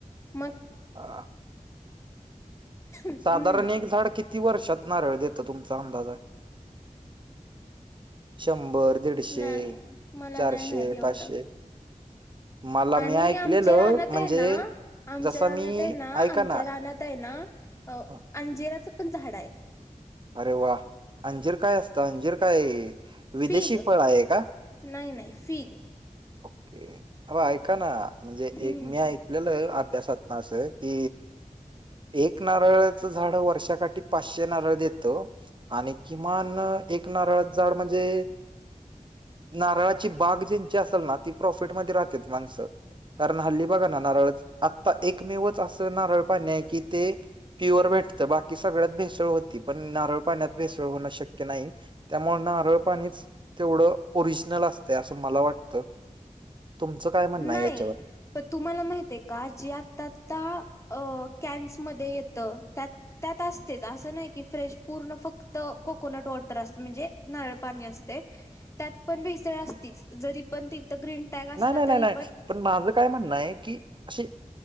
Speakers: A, on the left; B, on the right.
A: मग
B: हा.
A: हम्म
B: साधारण एक झाड किती? व शत नारळ देत तुमचा अंदाज आहे शंभर दीडशे
A: नाही मला
B: चारशे
A: नाही माहिती एवढं
B: पाचशे मला
A: आणि
B: मी ऐकलेलं
A: आमच्या राहनात
B: म्हणजे
A: आहे ना आमच्या
B: जसा
A: रानात
B: मी
A: आहे ना
B: ऐका
A: आमच्या
B: ना
A: रानात आहे ना अ
B: हा,
A: अंजिराचं पण झाड आहे
B: अरे वा अंजीर काय असतं अंजीर काय विदेशी
A: फिग
B: फळ आहे का
A: नाही नाही फिग
B: ओके अ ऐका ना म्हणजे
A: हम्म
B: एक मीऐ लेलं अभ्यासात ना असं की एक नारळाचं झाड वर्षाकाठी पाचशे नारळ देत आणि किमान एक नारळ जाड म्हणजे नारळाची बाग ज्यांची असेल ना ती प्रॉफिटमध्येध्ये राहते माणसं कारण हल्ली बघा ना नारळ आत्ता एकमेवच असं नारळ पाणी आहे की ते प्युअर भेटतं बाकी सगळ्यात भेसळ होती पण नारळ पाण्यात भेसळ होणं शक्य नाही त्यामुळे नारळ पाणीच तेवढं ओरिजनल असत असं मला वाटतं तुमचं काय म्हणणं
A: नाही
B: आहे याच्यावर?
A: प तुम्हाला माहित आहे का जे आताता कॅनसमध्येध्ये येतं त्यात त्यात असतेच असं नाही की फ्रेश पूर्ण फक्त कोकोनट वॉटर असते म्हणजे नारळ पाणी असते त्यात पण भिळ अस जरी पण तिथ गन टॅग अस
B: नाही नाही नाही
A: तरी
B: नाही पण माझ काय म्हणणं आहे की असे